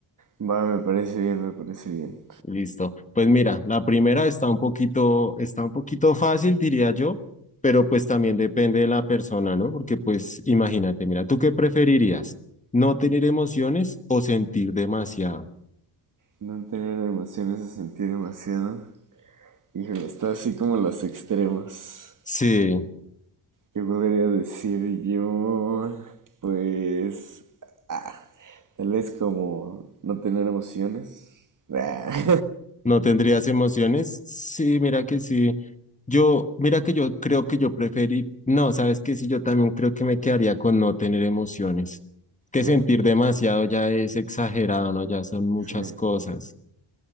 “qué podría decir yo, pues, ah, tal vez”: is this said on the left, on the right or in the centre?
Right